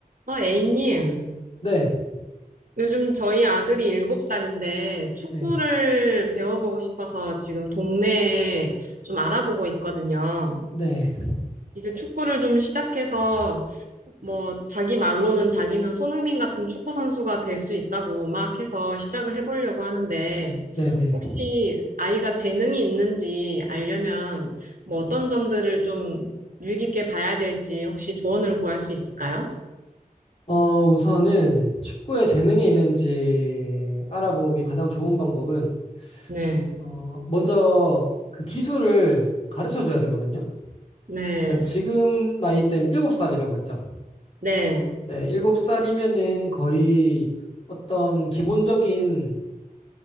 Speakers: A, on the right; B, on the left.
A: 어, A님,
B: 네,
A: 요즘 저희 아들이 7살인데 축구를
B: 네,
A: 배워보고 싶어서 지금 동네에 좀 알아보고 있거든요.
B: 네,
A: 이제 축구를 좀 시작해서 뭐 자기 말로는 자기는 손흥민 같은 축구 선수가 될 수 있다고 막 해서 시작을 해보려고 하는데
B: 네, 네.
A: 혹시 아이가 재능이 있는지 알려면 뭐 어떤 점들을 좀 유의 깊게 봐야 될지 혹시 조언을 구할 수 있을까요?
B: 어, 우선은 축구에 재능이 있는지 알아보기 가장 좋은 방법은,
A: 네,
B: 어, 먼저 그 기술을 가르쳐 줘야 되거든요.
A: 네,
B: 그러니까 지금 나이 때문에 7살이라고 했죠.
A: 네.
B: 네, 7살이면은 거의 어떤 기본적인